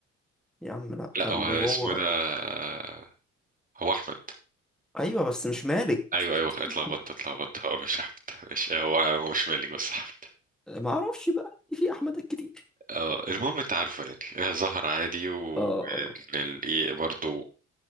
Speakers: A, in the centre; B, on the right.
A: يا عم لا
B: لا
A: اللي
B: هو اسمه
A: هو
B: إيه ده آه، هو احمد
A: ايوه بس مش مالك
B: ايوه
A: <laughs>
B: ايوه اتلخبطت اتلخبطت هو مش احمد مش هو هو مش مالك بس احمد
A: ما اعرفش بقى في احمدات كتير
B: اه المهم انت عارفه يعني ظهر عادي والايه
A: اه اه
B: برضه